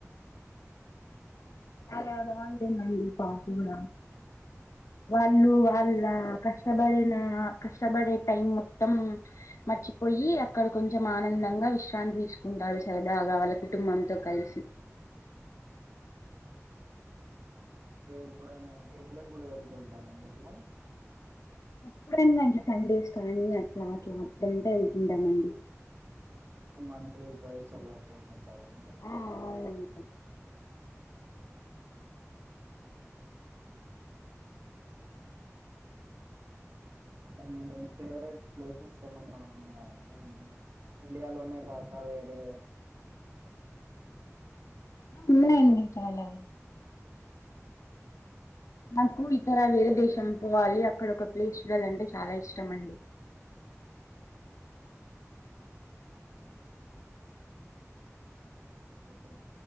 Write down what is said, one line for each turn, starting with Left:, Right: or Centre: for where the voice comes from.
Left: చాలా బాగుంటుందండి పాప కూడా వాళ్ళు వాళ్ళ కష్టపడిన కష్టపడే టైం మొత్తం మర్చిపోయి అక్కడ కొంచెం ఆనందంగా విశ్రాంతి తీసుకుంటారు సరదాగా వాళ్ళ కుటుంబంతో కలిసి
Right: ఎప్పుడైనా ఎప్పుడెప్పుడు వెళ్తుూ ఉంటారండి ఇలా
Left: ఎప్పుడన్నా అట్లా సడేస్ కానీ అట్లా అట్లా అప్పుడుంటా వెళ్తుంటామండి
Right: మన ఇద చల్ పతుంది కావుడి
Left: ఆ అవును
Right: కానీ ఫేవరెట్ ప్లేసెస్ ఏమన్నా ఉన్నాయండీ ఇండియాలోనే కాక వేరే
Left: ఉన్నయండి చాలా నాకు ఇతర వేరే దేశం పోవాలి అక్కడ ఒక ప్లేస్ చూడాలంటే చాలా ఇష్టం అండి
Right: ఓకే.